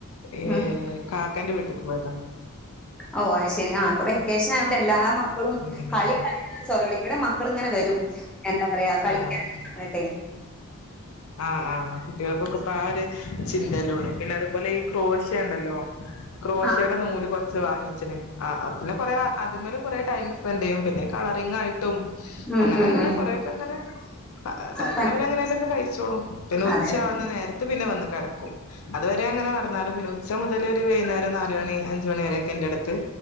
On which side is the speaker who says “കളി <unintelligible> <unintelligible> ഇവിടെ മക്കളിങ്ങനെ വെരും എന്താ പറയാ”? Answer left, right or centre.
Centre